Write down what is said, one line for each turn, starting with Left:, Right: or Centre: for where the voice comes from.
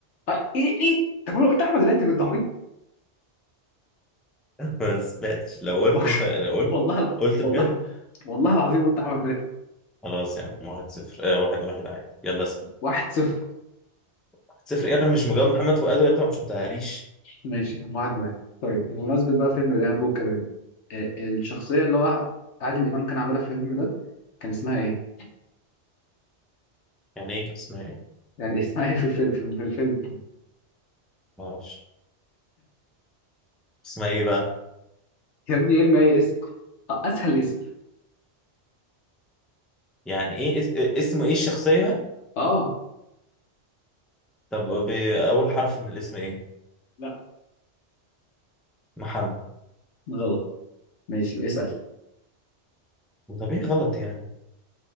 Left: آه ايه ايه طب انا قلت احمد راتب انت عبيط
Centre: <laughs> ما سمعتش لو قلت
Left: <laughs>
Centre: انت لو قلت
Left: والله
Centre: قلت
Left: والله
Centre: بجد
Left: والله العظيم قلت احمد راتب
Centre: خلاص يا عم واحد صفر آه واحد واحد عادي يلا اسال
Left: واحد صفر
Centre: واحد صفر ايه انا مش مجاوب محمد فؤاد وانت ما حسبتهاليش
Left: ماشي واحد واحد طيب بمناسبة بقى فيلم الإرهاب والكباب آه، الشخصية اللي هو عادل إمام كان عاملها في الفيلم ده كان اسمها ايه؟
Centre: يعني ايه كان اسمها ايه
Left: يعني <laughs> اسمها ايه في الفيلم في الفيلم
Centre: معرفش اسمها ايه بقى
Left: يا ابني ارمي اي اسم آه، اسهل اسم
Centre: يعني ايه اس- إيه، اسمه ايه الشخصية
Left: اه
Centre: طب ب- اول حرف من الاسم ايه
Left: لا
Centre: محمد
Left: غلط ماشي اسال
Centre: طب ايه غلط يعني